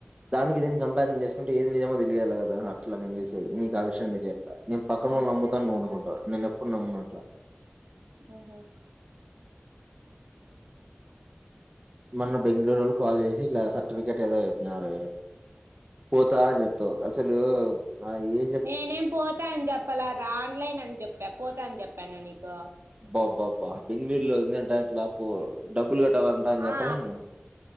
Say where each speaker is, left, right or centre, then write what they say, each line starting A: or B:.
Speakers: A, on the right; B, on the right.
A: దానికి దీనికి కంపేరీజన్ చేసుకుంటే ఏది నిజమో తెలియాలి కదా అట్లా నేను చూస్ స నీకు ఆ విషయంం తెలియట్లే నేను పక్కనోళ్లను
B: మంచి
A: నమ్ముతాను
B: పని చేసావ్
A: నువ్ అనుకుంటా నేను ఎప్పుడు నమ్ముమనట్లా
B: ఆహా
A: మొన్న బెంగుళూరోల్ కాల్ చేసి ఇట్లా సర్టిఫికేెట్ ఏదో చెప్పినారె పోతా అని చెప్తావు అసలు ఏ
B: నేనేం పోతా అని చెప్పలేదు ఆన్లైన్ అని చెప్పా పోతాని చెప్పానా నీకు
A: బా బాబా బెంగళూలో ఇందంట ఎట్లా బో డబ్బులు కట్టాలంటా అని చెప్పాలే
B: ఆ
A: నువ్వు